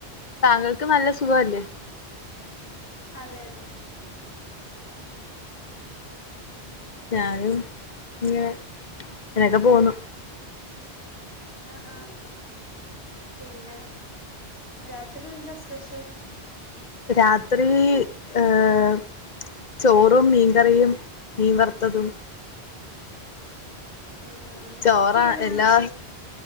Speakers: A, on the left; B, on the left.
A: താങ്കൾക്ക് നല്ല സുഖം അല്ലേ?
B: അതെ, അതെ.
A: ഞാനും ഇങ്ങനെ ഇങ്ങനൊക്കെ പോവ്ന്നു.
B: ആഹ്, ആഹ് പിന്നെ രാത്രി എന്താ സ്പെഷ്യൽ?
A: രാത്രി ഏഹ് ചോറും, മീൻകറിയും, മീൻവർത്തതും.
B: ആഹ്, ആഹ്
A: ചോറാ
B: കുക്കെയ്തെണോ
A: എല്ലാ
B: അതോ